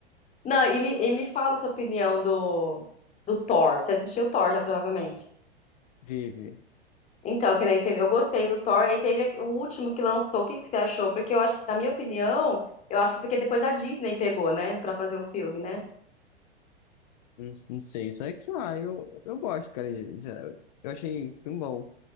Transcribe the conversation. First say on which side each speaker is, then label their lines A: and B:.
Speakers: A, on the left (about 20°); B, on the left (about 40°).
A: Não, e me, e me fala sua opinião do, do Thor. Você assistiu o Thor já, provavelmente.
B: <laughs> Vive.
A: Então, que nem teve. Eu gostei do Thor, aí teve aque- o último que lançou. O que, que você achou? Porque eu acho, na minha opinião, eu acho que porque depois a Disney pegou, né? Pra fazer o filme, né?
B: Não, não sei, isso aí que, sei lá, eu, eu gosto, cara. de- de- Eu achei um bom,